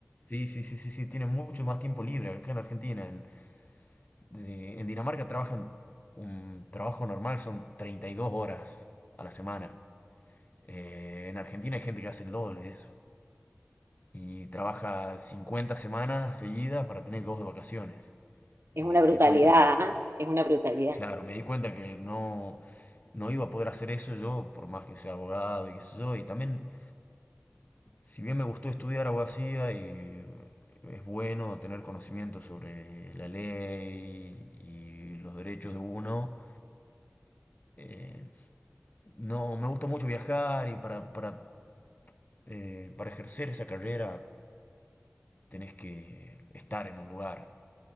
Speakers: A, on the left (about 40°); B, on the right (about 65°).
A: sí, sí, sí, sí, sí, tienen mucho más tiempo libre acá en Argentina. En, de- en Dinamarca trabajan un trabajo normal, son 32 horas a la semana. Eh, en Argentina hay gente que hace el doble de eso. Y trabaja 50 semanas seguidas para tener dos de vacaciones.
B: Es
A: Y
B: una
A: me
B: brutalidad,
A: di cuenta que
B: ¿ah? Es una brutalidad.
A: Claro, me di cuenta que no, no iba a poder hacer eso yo, por más que sea abogado y qué sé yo. Y también, si bien me gustó estudiar abogacía y es bueno tener conocimiento sobre la ley y los derechos de uno, eh, no, me gusta mucho viajar y para, para, eh, para ejercer esa carrera tenés que estar en un lugar.